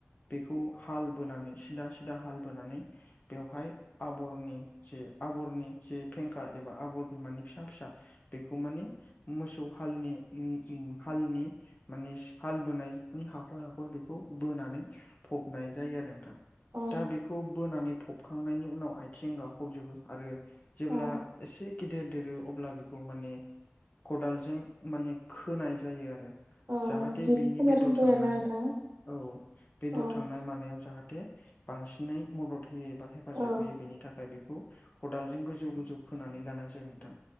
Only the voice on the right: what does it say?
औ
औ
औ
दिप
होनाय
रखम जायो
आरोना नोंथां
औ
औ